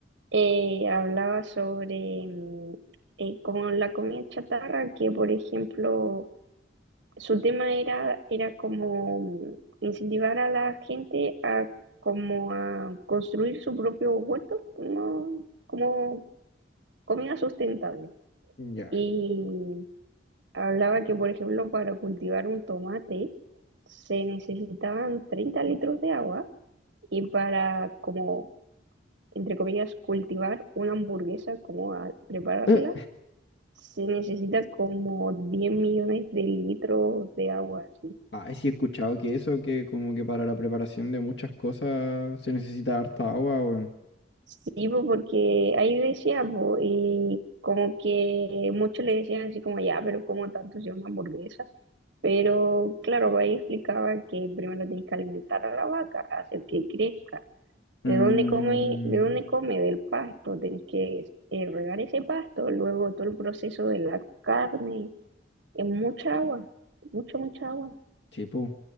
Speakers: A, on the right; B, on the left.
A: eh, hablaba sobre mm, eh, como la comida chatarra, que por ejemplo su tema era, era como mm, incentivar a la gente a como a construir su propio huerto, ¿no? como comida sustentable.
B: Ya.
A: Y hablaba que, por ejemplo, para cultivar un tomate se necesitaban 30 litros de agua y para, como, entre comillas, cultivar una hamburguesa, como a prepararla,
B: Eh,
A: se necesita como 10 millones de litros de agua, así.
B: Ay, sí he escuchado que eso, que como que para la preparación de muchas cosas se necesita harta agua, weón.
A: Sí, po, porque ahí decía, po, y como que muchos le decían así como, ya, pero como tanto sea una hamburguesa? Pero claro, ahí explicaba que primero tenés que alimentar a la vaca, hacer que crezca. ¿De
B: Mm,
A: dónde come? ¿De dónde come? Del pasto. Tenés que eh, regar ese pasto, luego todo el proceso de la carne. Es mucha agua, mucha, mucha agua.
B: sí, pues.